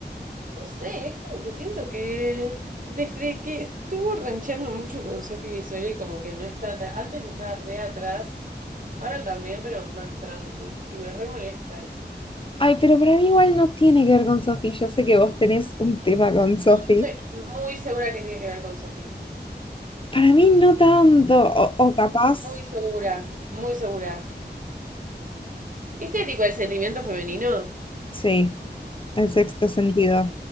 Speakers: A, on the right; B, on the left.
A: No sé, es como que siento que desde que estuvo rancheando mucho con Sofi Bisoli, como que no está tan... Antes estaba re atrás, ahora también, pero más tranqui. Y me re molesta eso.
B: Ay, pero para mí igual no tiene que ver con Sofi. Yo sé que vos tenés un tema con Sofi.
A: Estoy muy segura que tiene que ver con Sofi.
B: Para mí no tanto. O, o capaz,
A: Muy segura, muy segura. ¿Viste tipo el sentimiento femenino?
B: sí, el sexto sentido.